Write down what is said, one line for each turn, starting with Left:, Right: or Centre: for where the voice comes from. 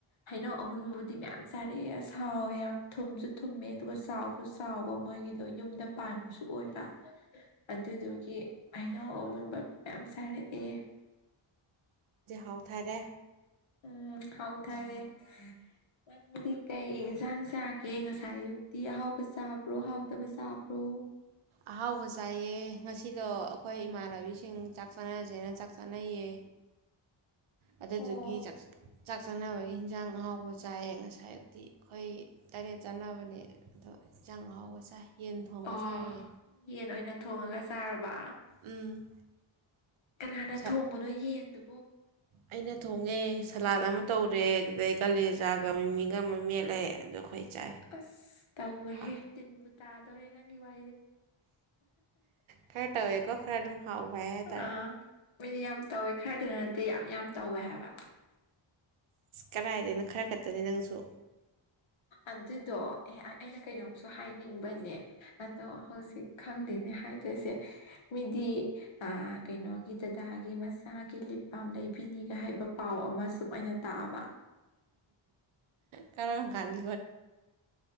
Left: ꯍꯩꯩꯅꯎ ꯑꯃꯨꯟꯕꯕꯨꯗꯤ ꯃꯌꯥꯝ ꯆꯥꯔꯛꯑꯦ ꯁꯥꯎꯋꯦ ꯊꯨꯝꯁꯨ ꯊꯨꯝꯃꯦ ꯑꯗꯨꯒ ꯆꯥꯎꯁꯨ ꯆꯥꯎꯕ ꯃꯣꯏꯒꯤꯗꯣ ꯌꯨꯝꯗ ꯄꯥꯟꯕꯁꯨ ꯑꯣꯏꯕ ꯑꯗꯨꯗꯨꯒꯤ ꯍꯩꯩꯅꯎ ꯑꯃꯨꯟꯕ ꯃꯌꯥꯝ ꯆꯥꯔꯛꯑꯦ ꯑꯦ
Right: ꯍꯥꯎꯊꯔꯦ
Left: ꯎꯝ ꯍꯥꯎꯊꯔꯦ ꯅꯪꯗꯤ ꯀꯩ ꯌꯦꯟꯁꯥꯡ ꯆꯥꯒꯦ ꯉꯁꯥꯏ ꯑꯌꯨꯛꯇꯤ ꯑꯍꯥꯎꯕ ꯆꯥꯕ꯭ꯔꯣ ꯍꯥꯎꯇꯕ ꯆꯥꯕ꯭ꯔꯣ
Right: ꯑꯍꯥꯎꯕ ꯆꯥꯏꯑ ꯉꯁꯤꯗꯣ ꯑꯩꯈꯣꯏ ꯏꯃꯥꯟꯅꯕꯤꯁꯤꯡ ꯆꯥꯛ ꯆꯥꯅꯁꯦꯅ ꯆꯥꯛ ꯆꯥꯅꯩꯌꯦ ꯑꯗꯨꯗꯨꯒꯤ
Left: ꯑꯣ
Right: ꯆꯥꯛ ꯆꯥꯛ ꯆꯥꯅ ꯍꯥꯏꯕ ꯌꯦꯟꯁꯥꯡ ꯑꯍꯥꯎꯕ ꯆꯥꯏꯌꯦ ꯉꯁꯥꯏ ꯍꯥꯏꯛꯇꯤ ꯑꯩꯈꯣꯏ ꯇꯔꯦꯠ ꯆꯥꯅꯕꯅꯦ ꯑꯗꯣ ꯏꯟꯆꯥꯡ ꯍꯥꯎꯕ ꯆꯥꯏ ꯌꯦꯟ ꯊꯣꯡꯉ
Left: ꯑꯣ
Right: ꯆꯥꯏꯔꯌꯦ
Left: ꯌꯦꯟ ꯑꯣꯏꯅ ꯊꯣꯡꯉꯒ ꯇꯔꯔꯕ
Right: ꯎꯝ
Left: ꯀꯅꯥꯅ
Right: ꯁꯥ
Left: ꯊꯣꯡꯕꯅꯣ ꯌꯦꯟꯗꯨ
Right: ꯑꯩꯅ ꯊꯣꯡꯉꯦ ꯁꯂꯥꯠ ꯑꯃ ꯇꯧꯔꯦ ꯑꯗꯨꯗꯩ ꯀꯥꯂꯦꯖꯥꯒ ꯃꯤꯃꯤꯒ ꯑꯃ ꯃꯦꯠꯂꯦ ꯑꯗꯣ ꯑꯩꯈꯣꯏ ꯆꯥꯏ
Left: ꯑꯁ ꯇꯧꯋꯍꯦ
Right: ꯍꯥ
Left: ꯇꯤꯟ ꯇꯥꯗꯔꯦ ꯅꯪ ꯏ ꯋꯥ
Right: ꯈꯔ ꯇꯧꯋꯦꯀꯣ ꯈꯔ ꯑꯗꯨꯝ ꯍꯥꯎꯕ ꯍꯥꯏ ꯍꯥꯏꯇꯥꯔꯦ
Left: ꯑꯥ ꯃꯤꯗꯤ ꯌꯥꯝ ꯇꯧꯋꯦ ꯈꯔꯗꯅ ꯅꯠꯇꯦ ꯌꯥꯝ ꯌꯥꯝ ꯇꯧꯋꯦ ꯍꯥꯏꯕ
Right: ꯀꯗꯥꯥꯏꯗꯅꯣ ꯈꯔ ꯈꯛꯇꯅꯤ ꯅꯪꯁꯨ
Left: ꯑꯗꯨꯗꯣ ꯑꯦ ꯑꯩꯅ ꯀꯩꯅꯣꯝꯁꯨ ꯍꯥꯏꯅꯤꯡꯕ ꯅꯦ ꯑꯗꯣ ꯍꯧꯖꯤꯛ ꯈꯪꯗꯦꯅꯦ ꯍꯥꯏꯗꯣꯏꯁꯦ ꯃꯤꯗꯤ ꯀꯩꯅꯣꯒꯤ ꯗꯗꯥꯒꯤ ꯃꯆꯥꯒꯤ ꯂꯤꯕꯥꯝ ꯂꯩꯕꯤꯅꯤꯒ ꯍꯥꯏꯕ ꯄꯥꯎ ꯑꯃ ꯁꯨꯝ ꯑꯩꯅ ꯇꯥꯛꯑꯕ
Right: ꯀꯔ ꯀ <inaudible>